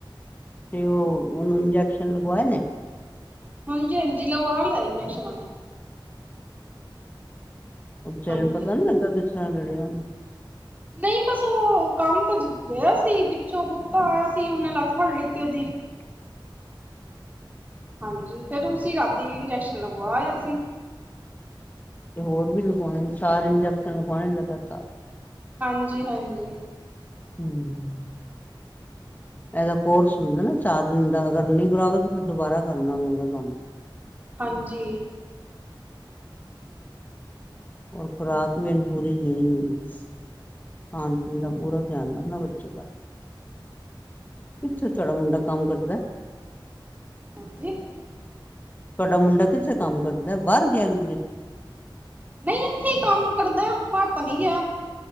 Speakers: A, on the left; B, on the right.
A: ਤੇ ਉਹ ਉਹਨੂੰ ਇੰਜੇਕਸ਼ਨ ਲਗਵਾਏ ਨੇ।
B: ਹਾਂਜੀ- ਹਾਂਜੀ ਲਗਵਾ ਦਾ ਇੰਜੈਕਸ਼ਨ ਓਹਨੇ।
A: ਉਹ ਵਿਚਾਰੇ
B: ਹਾਂਜੀ
A: ਨੂੰ ਪਤਾ ਨੀ ਲੱਗਾ ਕਿਸ ਤਰ੍ਹਾਂ ਲੜਿਆ ਉਹ।
B: ਨਹੀਂ ਬਸ ਉਹ ਕੰਮ ਤੇ ਗਿਆ ਸੀ ਪਿੱਛੋਂ ਕੁੱਤਾ ਆਇਆ ਸੀ। ਉਹਨੇ ਲੱਤ ਫੜ ਲਿੱਤੀ ਉਹਦੀ।
A: <inaudible>
B: ਹਾਂਜੀ ਫੇਰ ਉਸ ਰਾਤੀ ਇੰਜੈਕਸ਼ਨ ਲਗਵਾਇਆ ਸੀ।
A: ਤੇ ਹੋਰ ਵੀ ਲਗਾਉਣੇ ਚਾਰ ਇੰਜੈਕਸ਼ਨ ਲਗਾਵਾਉਣੇ ਲਗਾਤਾਰ।
B: ਹਾਂਜੀ-ਹਾਂਜੀ।
A: ਹਮ। ਇਹਦਾ ਕੋਰਸ ਹੁੰਦਾ ਨਾ ਚਾਰ ਦਿਨ ਦਾ ਅਗਰ ਨਹੀਂ ਕਰਾਗੇ ਤੇ ਫਿਰ ਦੁਬਾਰਾ ਕਰਨਾ ਪਏਗਾ ਤੁਹਾਨੂੰ।
B: ਹਾਂਜੀ।
A: ਹੋਰ
B: ਹਾਂਜੀ
A: ਖੁਰਾਕ ਵੀ ਇਹਨੂੰ ਪੂਰੀ ਦੇਣੀ ਹੋਗੀ। ਖਾਣ
B: ਹਾਂ
A: ਪੀਣ ਦਾ ਪੂਰਾ ਧਿਆਨ ਰੱਖਣਾ ਬੱਚੇ ਦਾ,
B: ਹਾਂਜੀ
A: ਕਿੱਥੇ ਤੇਰਾ ਮੁੰਡਾ। ਕੰਮ ਕਰਦਾ।
B: ਹਾਂਜੀ।
A: ਤੁਹਾਡਾ ਮੁੰਡਾ ਕਿੱਥੇ ਕੰਮ ਕਰਦਾ ਬਾਹਰ ਗਿਆ ਕਿਧਰੇ।
B: ਨਹੀਂ ਇੱਥੇ ਹੀ ਕੰਮ ਕਰਦਾ ਬਾਹਰ ਤਾਂ ਨਹੀਂ ਗਿਆ।